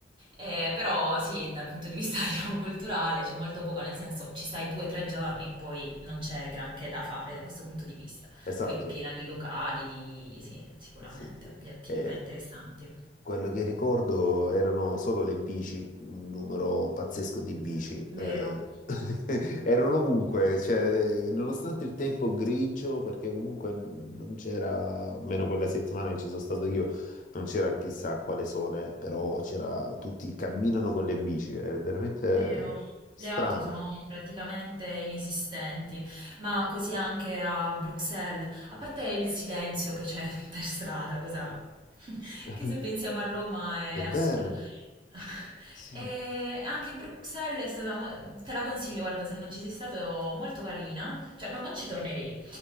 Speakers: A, on the right (about 25°); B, on the left (about 45°).
A: Eh, però sì, dal punto di vista <laughs> diciamo, culturale c'è molto poco, nel senso ci stai due o tre giorni e poi non c'è granché da fare da questo punto di vista.
B: esatto.
A: Poi è piena di locali, di, sì, sicuramente,
B: Sì, sì.
A: di attività
B: Eh,
A: interessanti.
B: Quello che ricordo erano solo le bici, un numero pazzesco di bici. eh.
A: Vero?
B: <laughs> Erano ovunque, cioè, eh, nonostante il tempo grigio, perché comunque non c'era, almeno quella settimana che ci sono stato io, non c'era chissà quale sole, però c'era, tutti camminano con le bici, è veramente
A: Vero,
B: strano.
A: le auto sono praticamente inesistenti, ma così anche a Bruxelles, a parte il silenzio che c'è <laughs> per strada, cosa <laughs>
B: <laughs>
A: che se pensiamo a Roma è
B: È
A: assurda.
B: vero,
A: <laughs>
B: sì.
A: E anche Bruxelles è stata, mo- te la consiglio, guarda, se non ci sei stato, molto carina, cioè non ci tornerei,